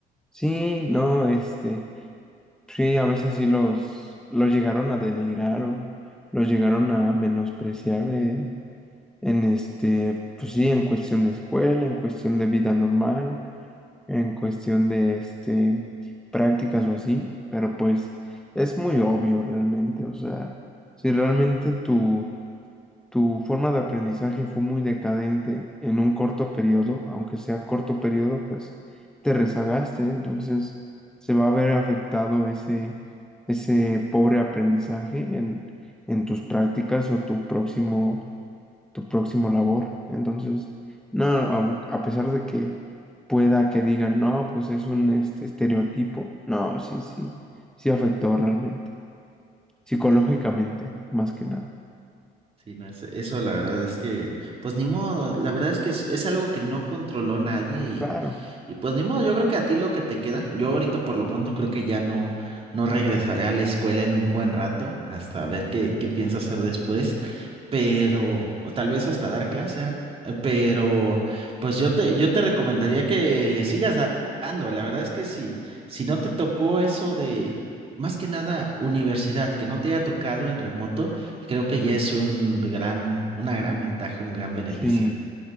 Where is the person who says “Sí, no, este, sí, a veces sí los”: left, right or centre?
Centre